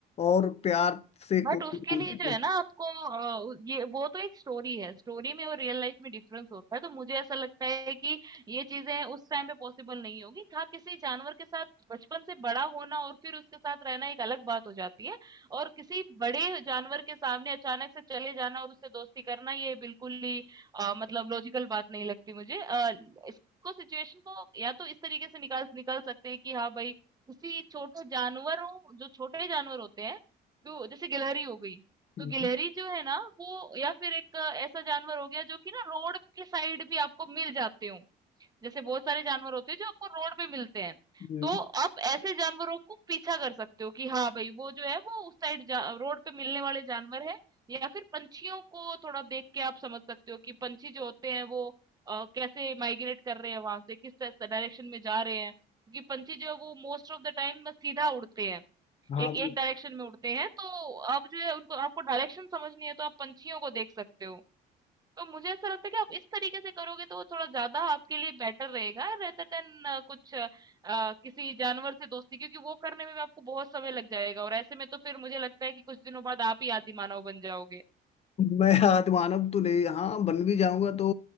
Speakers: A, on the left; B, on the right.
A: और प्यार से
B: बट
A: कोई
B: उसके
A: भी काम
B: लिए
A: करते
B: जो है ना आपको अ, उ- ये वो तो एक स्टोरी है स्टोरी में और रियल लाइफ में डिफरेंस होता है तो मुझे ऐसा लगता है कि ये चीजें उस टाइम पे पॉसिबल नहीं होगी हाँ किसी जानवर के साथ बचपन से बड़ा होना और फिर उसके साथ रहना एक अलग बात हो जाती है और किसी बड़े जानवर के सामने अचानक से चले जाना और उससे दोस्ती करना ये बिल्कुल ही अ, मतलब लॉजिकल बात नहीं लगती मुझे अ, इसको सिचुएशन को या तो इस तरीके से निकाल निकाल सकते हैं कि हाँ भाई किसी छोटे जानवरों जो छोटे जानवर होते हैं जो जैसे गिलहरी हो गई तो
A: हैं।
B: गिलहरी जो है ना वो या फिर एक अ, ऐसा जानवर हो गया जो कि ना रोड के साइड भी आपको मिल जाते हो जैसे बहुत सारे जानवर होते हैं जो आपको रोड पे मिलते हैं
A: हम्म।
B: तो आप ऐसे जानवरों को पीछा कर सकते हो कि हाँ भाई वो जो है वो उस साइड रोड पे मिलने वाले जानवर है या फिर पंछियों को थोड़ा देख के आप समझ सकते हो कि पंछी जो होते हैं वो अ, कैसे माइग्रेट कर रहे हैं वहां से किस डायरेक्शन में जा रहे हैं क्योंकि पंछी जो है वो मोस्ट ऑफ द टाइम सीधा उड़ते हैं
A: हाँ
B: एक एक डायरेक्शन में उड़ते हैं तो आप जो है उनको आपको डायरेक्शन समझनी है तो आप पंछियों को देख सकते हो तो मुझे ऐसा लगता है कि आप इस तरीके से करोगे तो वो थोड़ा ज्यादा आपके लिए बेटर रहेगा रेदर देन कुछ अ, अ, किसी जानवर से दोस्ती क्योंकि वो करने में भी आपको बहुत समय लग जाएगा और ऐसे में तो फिर मुझे लगता है कि कुछ दिनों बाद आप ही आदि मानव बन जाओगे
A: मैं आत्मानव तो नहीं हाँ बन भी जाऊंगा तो